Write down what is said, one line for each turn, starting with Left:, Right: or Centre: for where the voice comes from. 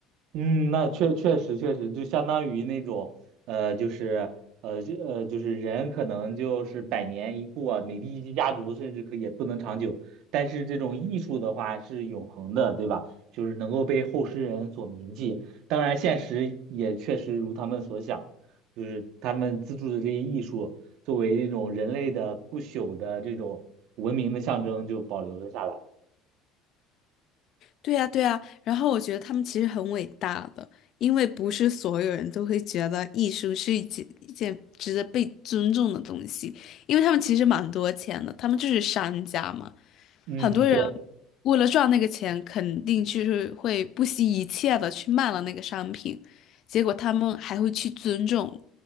Right: 嗯，那确确实确实，就相当于那种，呃，就是呃就呃，就是人可能就是百年一过，美第一家族甚至可也不能长久。但是这种艺术的话是永恒的，对吧？就是能够被后世人所铭记。当然，现实也确实如他们所想，就是他们资助的这些艺术，作为一种人类的不朽的这种文明的象征，就保留了下来。
Left: 对呀，对呀。然后我觉得他们其实很伟大的，因为不是所有人都会觉得艺术是一件一件值得被尊重的东西，因为他们其实蛮多钱的，他们就是商家嘛。
Right: 嗯，
Left: 很多人
Right: 对。
Left: 为了赚那个钱，肯定就是会不惜一切的去卖了那个商品，结果他们还会去尊重，